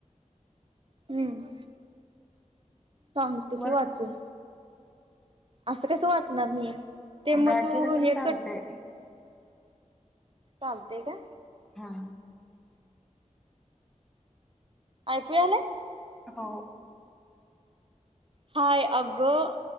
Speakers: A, on the right; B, in the centre.
A: हम्म सांगतो
B: वाच
A: की वाचून, असं कसं वाचणार मी. ते
B: बॅग
A: म तू
B: गेलं
A: हे
B: तर चालतंय.
A: कट चालतय काय?
B: हा.
A: आयकु यालय.
B: हो.
A: हाय अगं,